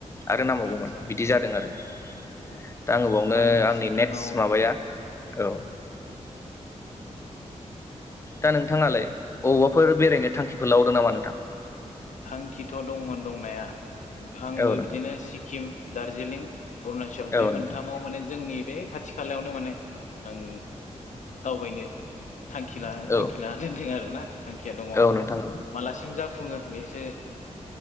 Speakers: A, on the left; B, on the left.
A: आरो नांबावगौमोन
B: आदसा आदसा
A: बिदि जादों आरो दा
B: औ औ
A: आङो बेयावनो
B: आंथ'
A: आंनि
B: सिक्किमाव
A: नेक्ट माबाया औ दा नोंथाङालाय बबावबाफोर बेरायनो थांखिफोर लाबावदों नामा नोंथां
B: थांखिथ' दंमोन दंनाया खिन्थु आंबो
A: औ नोंथां
B: बिदिनो सिक्किम दार्जिलिं अरुणचल
A: औ
B: बे
A: नोंथां
B: मोनथामाव माने जोंनि बे खाथि खालायावनो माने आं दावबायनो थांखि
A: औ
B: थांखि लानानै दोनदों आरोना थांखिया दङ
A: औ नोंथां औ
B: मालासिम जाफुङो बे से